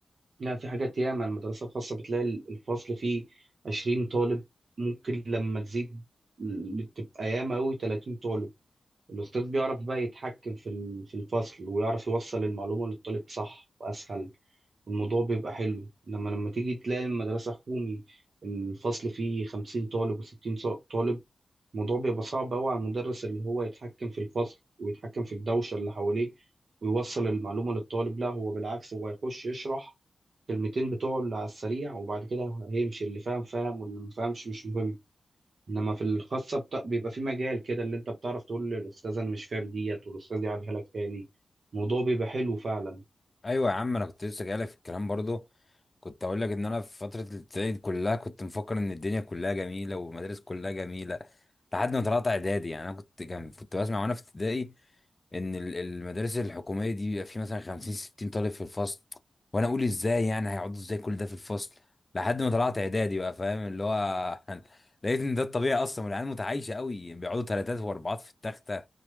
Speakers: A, on the right; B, on the left.
A: لا في حاجات ياما المدرسة الخاصة بتلاقي الفصل فيه 20 طالب ممكن لما تزيد تبقى ياما أوي 30 طالب الأستاذ بيعرف بقى يتحكم في ال- في الفصل ويعرف يوصل المعلومة للطالب صح وأسهل والموضوع بيبقى حلو إنما لما تيجي تلاقي المدرسة حكومي الفصل فيه خمسين طالب وستين طالب الموضوع بيبقى صعب أوي على المدرس اللي هو يتحكم في الفصل ويتحكم في الدوشة اللي حواليه ويوصل المعلومة للطالب لا هو بالعكس هو هيخش يشرح كلمتين بتوع اللي على السريع وبعد كده هيمشي اللي فاهم فاهم واللي مفهمش مش مهم انما في الخاصه بت... بيبقى في مجال كده اللي انت بتعرف تقول للاستاذ انا مش فاهم ديت والاستاذ يعيدها لك تاني الموضوع بيبقى حلو فعلا
B: ايوه يا عم انا كنت لسه جايلك في الكلام برضو كنت اقول لك ان انا في فتره الابتدائي دي كلها كنت مفكر ان الدنيا كلها جميله والمدارس كلها جميله لحد ما طلعت اعدادي يعني انا كنت كان كنت بسمع وانا في ابتدائي ان ال- المدارس الحكوميه دي بيبقى في مثلا 50 60 طالب في الفصل وانا اقول ازاي يعني هيقعدوا ازاي كل ده في الفصل لحد ما طلعت اعدادي بقى فاهم اللي هو <laughs> لقيت ان ده الطبيعي اصلا والعيال متعايشه قوي بيقعدوا ثلاثات واربعات في التخت